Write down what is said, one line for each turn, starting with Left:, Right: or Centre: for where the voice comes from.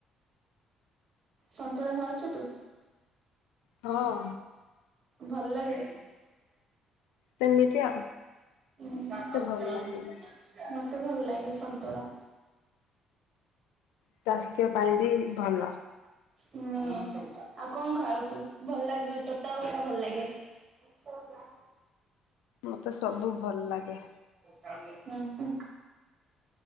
Right: ସନ୍ତୁଳା ଖାଉଚୁ ତୁ।
Left: ହଁ।
Right: ଭଲ ଲାଗେ।
Left: ସେମିତି ଆଉ
Right: <inaudible>
Left: ଏତେ ଭଲ ଲାଗେନି।
Right: ମତେ ଭଲ ଲାଗେ ସନ୍ତୁଳା।
Left: ସ୍ୱାସ୍ଥ୍ୟ ପାଇଁ ବି ଭଲ।
Right: ହୁଁ ଆଉ କଣ ଖାଉ ତୁ ଭଲ ଲାଗିବ ତୋତେ ଆଉ କଣ ଭଲ ଲାଗେ? <inaudible>
Left: ମତେ ସବୁ ଭଲ ଲାଗେ।
Right: ହୁଁ ହୁଁ।